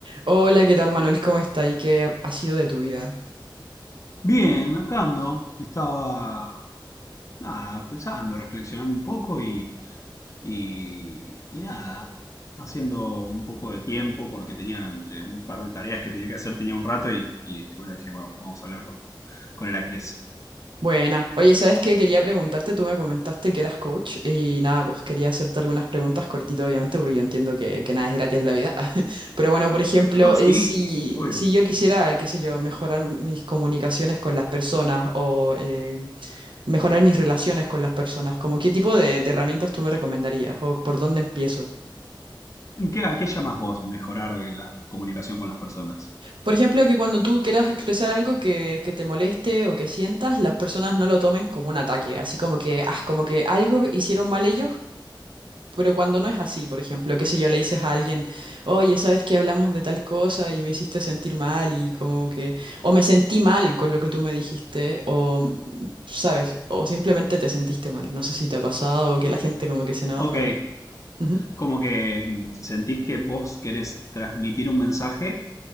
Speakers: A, on the right; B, on the left.
A: Hola, ¿qué tal Manuel? ¿Cómo está? ¿Y qué ha sido de tu vida?
B: Bien, acá ando. Estaba nada, pensando, reflexionando un poco y, y, y nada, haciendo un poco de tiempo porque tenía entre un par de tareas que tenía que hacer, tenía un rato y, y bueno, dije, "Bueno, vamos a hablar con, con Heracles.
A: Buena. Oye, ¿sabes qué? Quería preguntarte, tú me comentaste que eras coach y nada, pues quería hacerte algunas preguntas cortito, obviamente, porque yo entiendo que, que nada es gratis en la vida. <laughs> Pero bueno, por ejemplo,
B: No, sí,
A: eh, si,
B: sí, obvio.
A: si yo quisiera, qué sé yo, mejorar mis comunicaciones con las personas o eh, mejorar mis relaciones con las personas, como qué tipo de, de herramientas tú me recomendarías o por dónde empiezo?
B: ¿Qué, a qué llamas vos mejorar la comunicación con las personas?
A: Por ejemplo, que cuando tú quieras expresar algo que, que te moleste o que sientas, las personas no lo tomen como un ataque, así como que, ah, como que algo hicieron mal ellos, pero cuando no es así, por ejemplo, qué sé yo, le dices a alguien, oye, ¿sabes que hablamos de tal cosa y me hiciste sentir mal y como que, o me sentí mal con lo que tú me dijiste, o, ¿sabes? O simplemente te sentiste mal, no sé si te ha pasado, o que la gente como que se enoja
B: Ok,
A: y... Ujú.
B: como que mm, sentís que vos querés transmitir un mensaje